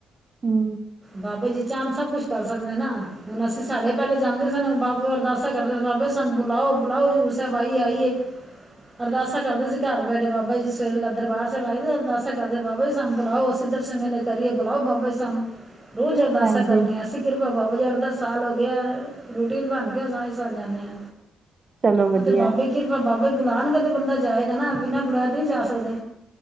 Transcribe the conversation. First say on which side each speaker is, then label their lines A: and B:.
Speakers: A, on the right (about 35°); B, on the right (about 15°).
A: ਹੂੰ।
B: ਬਾਬੇ ਜੀ ਚਾਂਨ ਸਭ ਕੁਛ ਕਰ ਸਕਦੇ ਨਾ ਹੁਣ ਅਸੀਂ ਸਾਡੇ ਪਹਿਲੇੇ ਜਾਂਦੇ ਸ ਬਾਬੇ ਅਰਦਾਸ ਦਾ ਕਰਦੇ ਸਾ ਬਾਬੇ ਸਾਨੂੰ ਬੁਲਾਓ-ਬੁਲਾਓ ਹਜ਼ੂਰ ਸਾਹਿਬ ਆਈਏ-ਆਈਏ। ਅਰਦਾਸਾ ਕਰਦੇ ਸੀ ਘਰ ਬੈਠੇ ਬਾਬਾ ਜੀ ਸਵੇਰੇ ਲ ਦਰਬਾਰ ਲਾਈ ਦਾ ਅਰਦਾਸਾ ਕਰਦੇ ਬਾਬਾ ਜੀ ਸਾਨੂੰ ਬੁਲਾਓ ਅਸ ਦਰਸ਼ਨ ਸੇੇਲੇ ਕਰੀਏ ਬੁਲਾਓ ਬਾਬਾ ਜੀ ਸਾਨੂੰ ਰੋਜ਼ ਅਰਦਾਸਾ
A: ਹਾਂਜੀ
B: ਕਰਨੀਆਂ। ਕਿਰਪਾ ਬਾਬਾ ਜੀ ਅਠ, ਦਸ ਸਾਲ ਹੋ ਗੇ ਆ ਰੂਟੀਨ ਬਣ ਗਿਆ ਸਾਲ ਦੀ ਸਾਲ ਜਾਂਨੇ ਆ।
A: ਚਲੋ ਵਧੀਆ
B: ਉਹ ਤੇ ਬਾਬੇ ਕਿਰਪਾ ਬਾਬਾ ਈ ਬੁਲਾਣਗੇ ਤੇ ਬੰਦਾ ਜਾਏਗਾ ਨਾ ਬਿਨਾ ਬੁਲਾਏ ਨੀ ਜਾ ਸਕਦੇ।